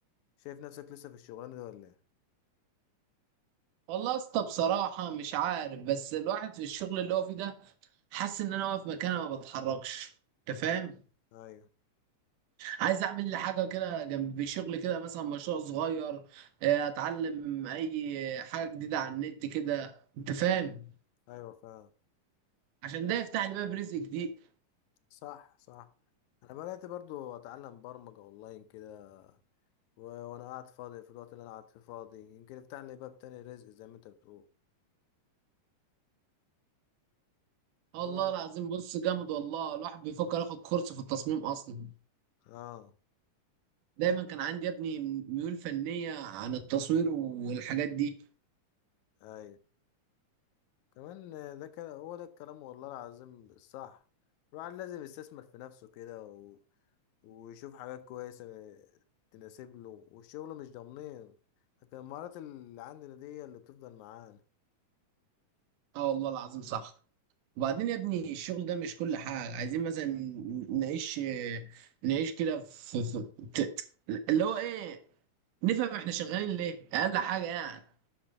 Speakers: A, on the left; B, on the right.
A: شايف نفسك لسه في الشغلانة دي ولا ايه
B: والله يا اسطى بصراحه مش عارف بس الواحد في الشغل اللي هو فيه ده حاسس ان انا واقف مكاني ما بتحركش انت فاهم
A: ايوه
B: عايز اعمل لي حاجه كده جنب شغل كده مثلا مشروع صغير آه، اتعلم اي حاجه جديده على النت كده انت فاهم
A: ايوه فعلا
B: عشان ده يفتح لي باب رزق جديد
A: صح صح انا بدأت برضو اتعلم برمجة اونلاين كده و- وانا قاعد فاضي في الوقت اللي انا قاعد فيه فاضي يمكن افتح لي باب تاني رزق زي ما انت بتقول
B: الله
A: اه
B: العظيم بص جامد والله الواحد بيفكر ياخد كورس في التصميم اصلا
A: اه
B: دايما كان عندي يا ابني ميول فنيه عن التصوير والحاجات دي
A: ايوه كمان آه، ده كان هو ده الكلام والله العظيم الصح الواحد لازم يستثمر في نفسه كده و... ويشوف حاجات كويسة تناسب له والشغل مش ضامنين لكن المهارات اللي عندنا دي هي اللي بتفضل معانا
B: اه والله العظيم صح وبعدين يا ابني الشغل ده مش كل حاجة عايزين مثلا نعيش نعيش كده في, في ت- اللي هو ايه نفهم احنا شغالين ليه اقل حاجة يعني